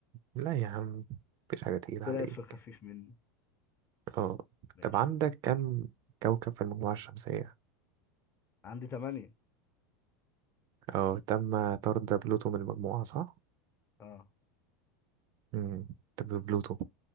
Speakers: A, on the right; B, on the left.
A: لا يا عم مفيش حاجة تقيلة
B: طلعت
A: عليك
B: في الخفيف منه
A: اه
B: ماشي
A: طب عندك كم كوكب في المجموعة الشمسية
B: عندي تمانية
A: اه تم طرد بلوتو من المجموعة صح؟
B: اه
A: مم. طب بلوتو